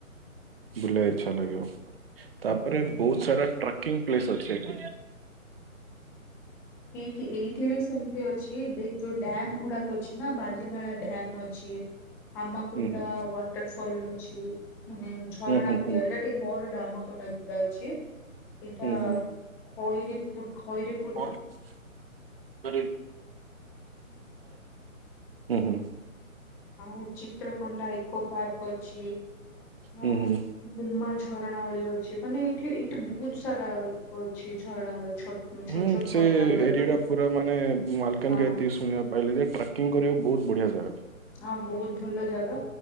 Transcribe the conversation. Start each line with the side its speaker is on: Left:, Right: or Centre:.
Right: ବୁଲିବାକୁ ଇଚଛା ଲାଗିବ ତାପରେ ବହୁତ ସାରା ଟ୍ରାକିଂ ପ୍ଲେସ୍ ଅଛି ଏଠି।
Centre: ଏଇଠି ଏଇଠି ବି ସେମିତି ଅଛି ଦେ ଯୋଉ ଡ୍ୟାମ ଗୁଡାକ ଅଛି ନା ବାଲିମେଳା ଡ୍ୟାମ ଅଛି। ଆମକୁଣ୍ଡା
Right: ହୁଁ ହୁଁ
Centre: ୱାଟର ଫଲ ଅଛି ମାନେ ଝରଣା
Right: ହୁଁ
Centre: ପରିକା
Right: ହୁଁ ହୁଁ
Centre: ଏଇଟା ଟିକେ ବଡ ଟା ଆମାକୁଣ୍ଡା ଯଉଟା ଅଛି। ଏଇଟା
Right: ହୁଁ ହୁଁ।
Centre: ଖଇରିପୁର ଖଇରୀ
Right: ହୁଁ ହୁଁ ହୁଁ।
Centre: ଆଉ ଚିତ୍ରକୋଣ୍ଡା ଇକୋ ପାର୍କ ଅଛି।
Right: ହୁଁ।
Centre: ଆଉ
Right: ହୁଁ
Centre: ଗୁମା ଝରଣା ବୋଲି ଅଛି। ମାନେ ଏଇଠି ଏଇଠି ବହୁତ ସାରା ଅଛି ଝରଣା ଛୋଟ ଛୋଟ
Right: ହୁଁ
Centre: ଛୋଟ
Right: ସେ
Centre: ଝରଣା ଗୁଡାକ
Right: ଏରିଆ ଟା ପୁରା ମାନେ ମାଲକାନ
Centre: ହଁ
Right: ଗ ଏତିକି ଶୁଣିବା ପାଇଲିି ଯେ ଟ୍ରାକିଂ କରିବାକୁ ବହୁତ ବଢ଼ିଆ ଜାଗା।
Centre: ଆଁ ବହୁତ ଭଲ ଜାଗା